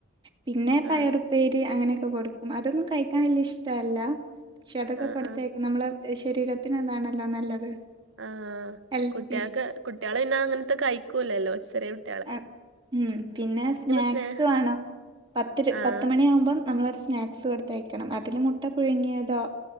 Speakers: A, on the right; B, on the right.
A: പിന്നെ പയറുപ്പേരി
B: ആഹ്
A: അങ്ങനെയൊക്കെ കൊടുക്കും അതൊന്നും കഴിക്കാൻ വല്യ ഇഷ്ടല്ല പക്ഷെ അതൊക്കെ
B: ആഹ്
A: കൊടുത്തയക്കും
B: ആഹ്
A: നമ്മളെ ശരീരത്തിന് അതാണല്ലോ നല്ലത്
B: ആ
A: ഹെൽത്തി
B: കുട്ട്യേൾക്ക് കുട്ട്യേള് പിന്നെ അങ്ങനത്തെ കഴിക്കൂല്ലല്ലോ ചെറിയ കു
A: ആ ഉം പിന്നെ സ്നാക്സ്
B: സ്നേഹ
A: വാണം പത്തിര്
B: ആഹ്
A: പത്ത് മണിയാമ്പം നമ്മളൊരു സ്നാക്സ് കൊടുത്തയക്കണം അതില് മുട്ട പുഴുങ്ങിയതോ